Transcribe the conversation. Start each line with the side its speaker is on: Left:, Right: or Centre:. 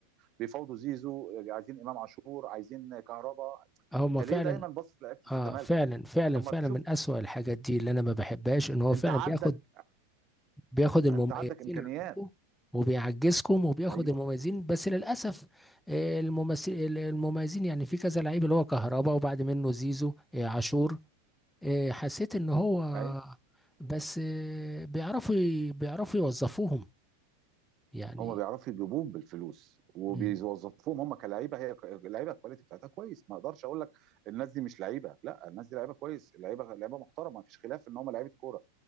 Right: بيفاوضوا زيزو عايزين امام عاشور عايزين كهربا
Centre: هما
Right: انت ليه
Centre: فعلا
Right: دايما باصص لعيبه الزمالك
Centre: اه فعلا فعلا
Right: طب
Centre: فعلا
Right: ما تشوف
Centre: من اسوأ الحاجات دي اللي انا ما بحبهاش ان هو
Right: انت
Centre: فعلا
Right: عندك
Centre: بياخد بياخد المميزين
Right: انت عندك امكانيات
Centre: عندكم وبيعجزكم وبياخد
Right: ايوه
Centre: المميزين بس للاسف آه، الممثل المميزين يعني في كذا لعيب اللي هو كهربا وبعد منه زيزو آه، عاشور آه، حسيت ان هو
Right: ايوه
Centre: بس آه، بيعرفوا ي- بيعرفوا يوظفوهم يعني
Right: هم بيعرفوا يجيبوهم بالفلوس وبيوظفوهم
Centre: امم
Right: هم كلعيبه هي اللعيبه الكواليتي بتاعتها كويس ما اقدرش اقول لك الناس دي مش لعيبه لا الناس دي لعيبه كويس لعيبه لعيبه محترمه ما فيش خلاف ان هم لعيبه كوره